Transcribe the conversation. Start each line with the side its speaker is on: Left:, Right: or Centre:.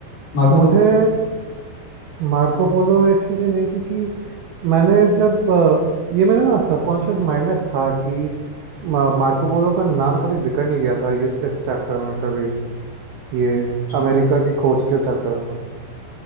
Left: मार्को
Right: मुझे
Left: पोलो
Right: मार्को पोलो इसीलिए नहीं क्योंकि मैंने जब अ, ये मेरे ना सबकॉन्शियस माइंड में था कि मा- मार्को पोलो का नाम कभी जिक्र नहीं किया था ये इस चैप्टर में कभी ये
Left: अच्छा,
Right: अमेरिका की खोज के चैप्टर में